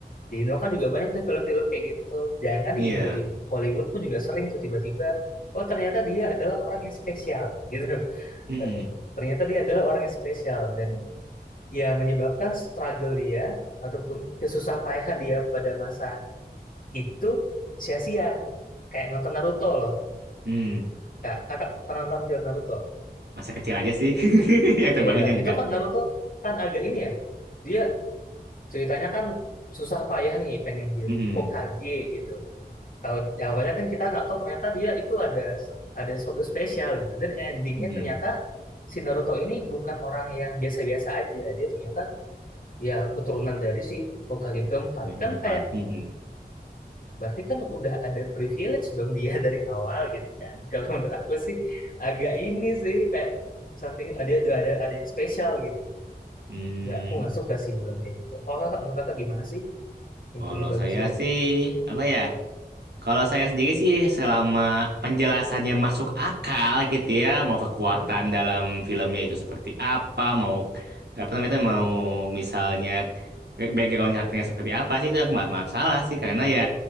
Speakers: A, on the left; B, on the right.
A: di Indo kan juga banyak tuh film-film kayak gitu tuh. Jangan
B: <laughs> Iya.
A: di Indo, di Hollywood pun juga sering tuh tiba-tiba, oh ternyata dia adalah orang yang spesial <laughs> gitu.
B: Hmm, hmm,
A: Eh, Ternyata dia adalah orang yang spesial dan ya menyebabkan struggle dia ataupun kesusah payahan dia pada masa itu sia-sia. Kayak nonton Naruto loh.
B: Hmm.
A: Kak, kakak pernah nonton film Naruto?
B: masa kecil aja sih, <laughs> yang terbangunnya
A: Iya,
B: enggak.
A: itu kan Naruto kan agak ini ya. Dia ceritanya kan susah payah nih pengen jadi
B: Mm-mm.
A: Hokage gitu. Tahu awalnya kan kita nggak tahu ternyata dia itu ada ada sesuatu spesial gitu. Dan endingnya
B: Mm.
A: ternyata si Naruto ini bukan orang yang biasa-biasa aja. Dia ternyata ya keturunan dari si Hokage keempat
B: Semester
A: kan
B: empat.
A: kayak
B: Mm-mm.
A: berarti kan udah ada privilege dong dia <laughs> dari awal gitu kan. Kalau menurut aku sih agak ini sih kayak something ada udah ada ada yang spesial gitu.
B: Hmm,
A: Nggak, aku nggak suka sih bilang kayak gitu. Kalau kakak menurut kakak gimana sih yang
B: kalau
A: film bagus
B: saya
A: itu?
B: sih apa ya? Kalau saya sendiri sih selama penjelasannya masuk akal gitu ya, mau kekuatan
A: Mhm, mhm,
B: dalam filmnya itu seperti apa, mau apa namanya itu, mau misalnya background karakternya seperti apa sih itu aku nggak masalah sih karena ya